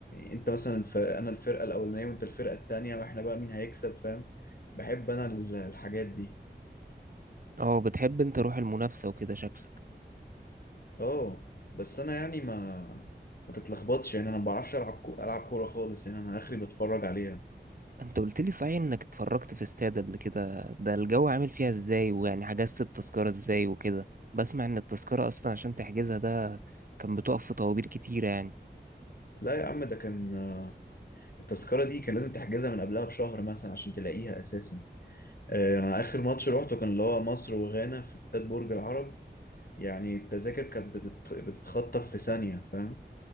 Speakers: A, on the left (about 55°); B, on the right (about 50°).
A: انت مثلا الف... انا الفرقه الاولانيه وانت الفرقه التانيه واحنا بقى مين هيكسب فاهم بحب انا ال- الحاجات دي
B: اه بتحب انت روح المنافسة وكده شكلك
A: اه بس انا يعني ما ما تتلخبطش يعني انا ما بعرفش العب كو... العب كوره خالص يعني انا اخري بتفرج عليها
B: انت قلت لي صحيح انك اتفرجت في استاد قبل كده ده الجو عامل فيها ازاي ويعني حجزت التذكرة ازاي وكده بسمع ان التذكرة اصلا عشان تحجزها ده كان بتقف في طوابير كتيرة يعني
A: لا يا عم ده كان التذكرة دي كان لازم تحجزها من قبلها بشهر مثلا عشان تلاقيها أساسا آه، أنا آخر ماتش روحته كان اللي هو مصر وغانا في استاد برج العرب يعني التذاكر كانت بتت... بتتخطف في ثانية فاهم